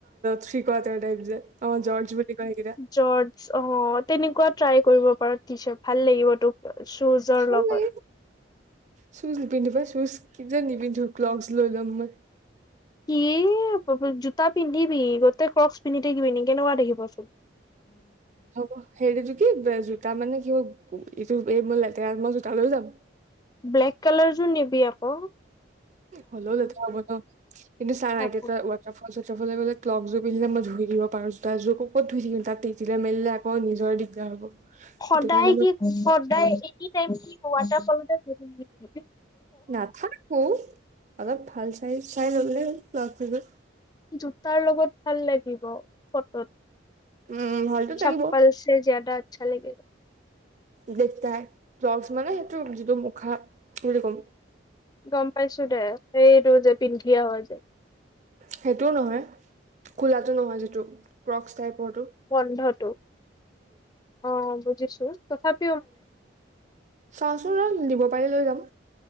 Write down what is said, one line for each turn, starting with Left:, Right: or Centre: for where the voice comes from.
Right: থ্ৰী কোৱাটাৰ টাইপ যে অ জৰ্জ বুলি কয় সেইকেইটা।
Left: জৰ্জ অ তেনেকুৱা ট্ৰাই কৰিব পাৰ টি-চাৰ্ট ভাল লাগিব তোক চোজাৰ
Right: ভাল
Left: লগত।
Right: লাগে চুজ নিপিন্ধো পাই চুজ কিজন নিপিন্ধো ক্লগছ লৈ লম মই।
Left: কি জোতা পিন্ধিবি গোতে ক্ৰ পিন্ধি থাকিবি কেনেকুৱা দেখিবচোন।
Right: হব হেৰিটো কি জোতা মানে কি হ এইটো এই মোৰ লেতেৰাত মই জোতা লৈ যাম।
Left: ব্লেক কালাৰ যোৰ নিবি আক।
Right: হলেও লেতেৰা হব ন, কিন্তু
Left: আকৌ
Right: চা ৱা ফল চতফালে গলে্ ক্লক জোৰ পিন্ধিলে মই ধুই দিব পাৰো জোতা যোৰ কত ধুই থাকিম তাত তিলে মেলিলে আ কৌ নিজৰে দিগদাৰ হ'ব।
Left: সদায়
Right: সেইটো কাৰণে মই
Left: কি সদায় এনি টাইম কি ৱাটাৰ ফলতে পিন্ধি থাকিবি নেকি?
Right: নাথাকো অলপ ভাল চাই চাই ল'লে হ'ল। ক্লগযোৰ
Left: জোতাৰ লগত ভাল লাগিব ফটোত।
Right: উম ভালতো লাগিব
Left: চপ্পল ছে জ্যাদা আচ্ছা লাগেগা।
Right: এলেক্টাৰ ক্লজ মানে সেইটো যিটো মুখা কি বুলি কম।
Left: গম পাইছো দে সেইটো যে পিন্ধি আহ যে।
Right: সেইটোও নহয় খোলাটো নহয় যিটো ক্ৰক্স টাইপৰটো।
Left: বন্ধটো অ বুজিছো তথাপি
Right: চাওচোন ৰ দিব পাৰিলে লৈ যাম